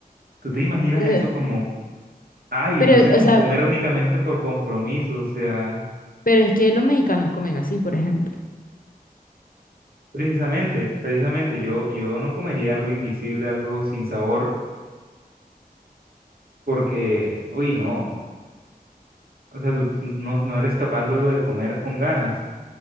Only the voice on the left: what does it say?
Es-
Pero,
o sea,
pero es que los mexicanos comen así, por ejemplo.